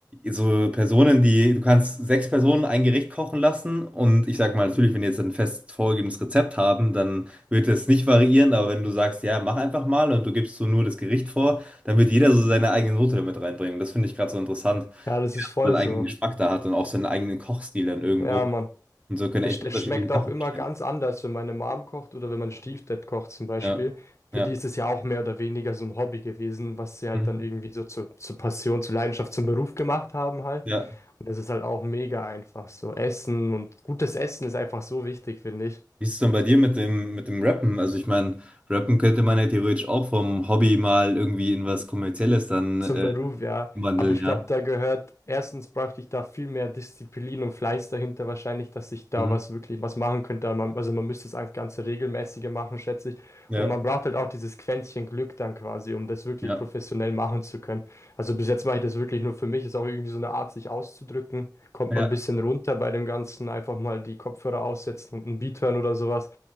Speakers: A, on the right (about 15°); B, on the left (about 40°).
A: so Personen, die, du kannst sechs Personen ein Gericht kochen lassen und ich sag mal, natürlich, wenn die jetzt ein fest vorgegebenes Rezept haben, dann wird es nicht variieren, aber wenn du sagst, ja, mach einfach mal und du gibst so nur das Gericht vor, dann wird jeder so seine eigene Note damit reinbringen. Das finde ich gerade so interessant,
B: Ja, das ist voll
A: seinen eigenen
B: so.
A: Geschmack da hat und auch seinen eigenen Kochstil dann irgendwo.
B: Ja, Mann.
A: Und so können
B: Das,
A: echt
B: das
A: unterschiedliche
B: schmeckt auch
A: Sachen
B: immer
A: entstehen.
B: ganz anders, wenn meine Mom kocht oder wenn mein Stiefdad kocht zum Beispiel.
A: Ja,
B: Für
A: ja.
B: die ist es ja auch mehr oder weniger so ein Hobby gewesen, was sie halt
A: Mhm.
B: dann irgendwie so zur zur Passion, zur Leidenschaft, zum Beruf gemacht haben halt.
A: Ja.
B: Und das ist halt auch mega einfach so. Essen und gutes Essen ist einfach so wichtig, finde ich.
A: Wie ist es denn bei dir mit dem, mit dem Rappen? Also ich meine, Rappen könnte man ja theoretisch auch vom Hobby mal irgendwie in was Kommerzielles dann
B: Zum
A: äh,
B: Beruf, ja.
A: Umwandeln,
B: Aber ich
A: ja.
B: glaube, da gehört, erstens bräuchte ich da viel mehr Disziplin und Fleiß dahinter wahrscheinlich, dass ich da
A: Mhm.
B: was wirklich was machen könnte. Man, also man müsste es einfach ganze regelmäßiger machen, schätze ich.
A: Ja.
B: Und man braucht halt auch dieses Quäntchen Glück dann quasi, um das wirklich
A: Ja,
B: professionell machen zu können. Also bis jetzt mache ich das wirklich nur für mich. Ist auch irgendwie so eine Art, sich auszudrücken. Kommt
A: ja.
B: man ein bisschen runter bei dem Ganzen, einfach mal die Kopfhörer aussetzen und ein Beat hören oder sowas.